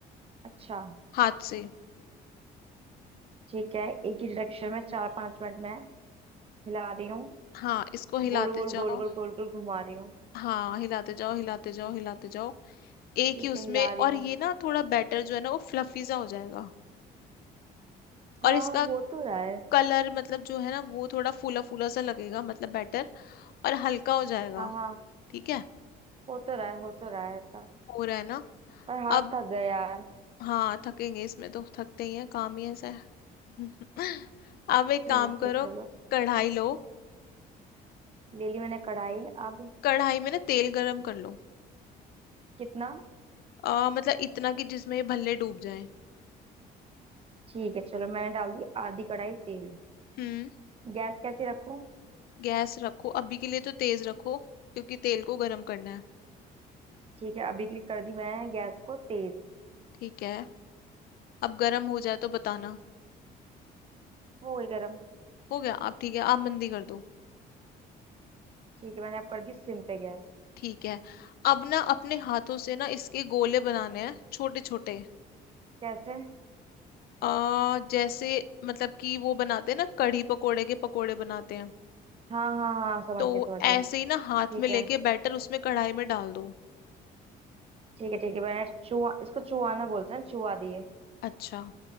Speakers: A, on the right (about 35°); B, on the left (about 65°).
A: अच्छा
B: हाथ से
A: ठीक है एक ही डायरेक्शन में चार पांच मिनट मैं हिला रही हूँ
B: हाँ इसको हिलाते
A: गोल गोल
B: जाओ
A: गोल गोल गोल गोल घुमा रही हूँ
B: हाँ हिलाते जाओ हिलाते जाओ हिलाते जाओ एक
A: ठीक
B: ही उसमें
A: है हिला रही हूँ
B: और ये ना थोड़ा बैटर जो है ना वो फ्लफी सा हो जाएगा
A: हाँ
B: और इसका
A: हो तो रहा है
B: कलर मतलब जो है ना वो थोड़ा फूला फूला सा लगेगा मतलब बैटर और हल्का हो जाएगा
A: हाँ हाँ
B: ठीक है
A: हो तो रहा है हो तो रहा है ऐसा
B: हो रहा है ना
A: पर हाथ
B: अब
A: थक गया यार
B: हाँ थकेंगे इसमें तो थकते ही है काम ही ऐसा है <laughs> अब एक काम
A: ठीक
B: करो
A: है चलो
B: कढ़ाई लो
A: ले ली मैंने कढ़ाई अब
B: कढ़ाई में ना तेल गरम कर लो
A: कितना
B: आ, मतलब इतना कि जिसमें ये भल्ले डूब जाए
A: ठीक है चलो मैंने डाल दी आधी कढ़ाई तेल
B: हम्म
A: गैस कैसे रखूं
B: गैस रखो अभी के लिए तो तेज रखो क्योंकि तेल को गरम करना है
A: ठीक है अभी क्लिक कर दी मैंने गैस को तेज
B: ठीक है अब गरम हो जाए तो बताना
A: वो हो गई गर्म
B: हो गया आप ठीक है आप मंदी कर दो
A: ठीक है मैंने अब कर दी सिम पे गैस
B: ठीक है अब ना अपने हाथों से ना इसके गोले बनाने हैं छोटे छोटे
A: कैसे
B: आ जैसे मतलब कि वो बनाते हैं ना कढ़ी पकोड़े के पकोड़े बनाते हैं
A: हाँ हाँ हाँ समझ
B: तो
A: गई समझ गई
B: ऐसे ही ना हाथ
A: ठीक
B: में लेके
A: है
B: बैटर उसमें कढ़ाई में डाल दो
A: ठीक है ठीक है मैंने चुआ इसको चुआना बोलते हैं चुआ दिए
B: अच्छा